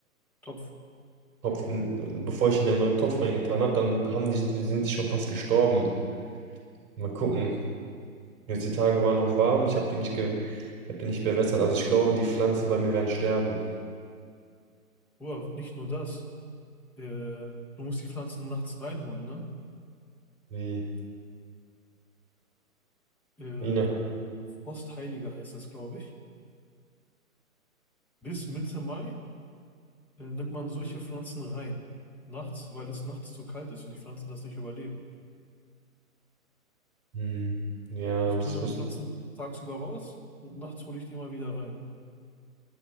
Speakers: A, in the centre; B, on the right.
A: Topf.
B: Topf, in, bevor ich in den neuen Topf reingetan habe, dann haben die sind die schon fast gestorben. Mal gucken. Jetzt die Tage waren noch warm, ich habe die nicht ge ich habe die nicht bewässert. Also ich glaube, die Pflanzen bei mir werden sterben.
A: Boah, nicht nur das. Äh, du musst die Pflanzen nachts reinholen, ne?
B: Wie
A: Äh,
B: Wiener.
A: Frostheiliger heißt das, glaube ich. Bis Mitte Mai, äh, nimmt man solche Pflanzen rein. Nachts, weil es nachts zu kalt ist und die Pflanzen das nicht überleben.
B: Hm. Ja,
A: Ich
B: das
A: tue meine
B: wusste
A: Pflanzen tagsüber raus und nachts hole ich die immer wieder rein.